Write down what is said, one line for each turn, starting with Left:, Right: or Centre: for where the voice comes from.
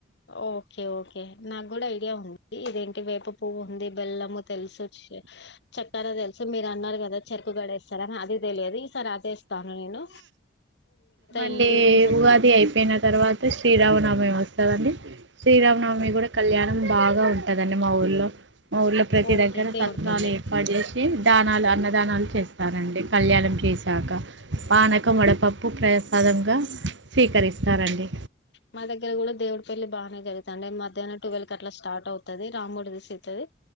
Left: ఓ ఓకే ఓకే నాకు కూడా ఐడియా ఉంది ఇదేంటి వేప పువ్వు ఉంది బెల్లము తెలుసోచ్చే చక్కరా తెలుసు మీరు అన్నారు కదా చెరుకు గడే సరేన అదె తెలియది ఈ సార్ అదే తను నేను
Right: మళ్ళీ
Left: ఇంగ్రీడియంట్స్
Right: ఉగాది అయిపోయిన తర్వాత శ్రీరామనవమి వస్తదా అండి శ్రీరామ్నవమి కూడా కళ్యా మనం బాగా ఉంటదండి మా ఊర్లో మా ఊర్లో ప్రతి
Left: ఓకే
Right: దగ్గర
Left: దేవుడి
Right: సత్రాలు
Left: పెళ్లి
Right: ఏర్పాటు చేసి దానాలు అన్నదానాలు చేస్ తనండి కళ్యాణం చేశాక పానకం వడపప్పు ప్రైస్ సదంగా స్వీకరిస్తారండి
Left: మా దగ్గర కూడా దేవుడి పెళ్లి బానే జరుగుతుండి మధ్యాహ్నం ట్వెల్ క అట్లా స్టార్ట్ అవుతది రాముడి ది సీతాది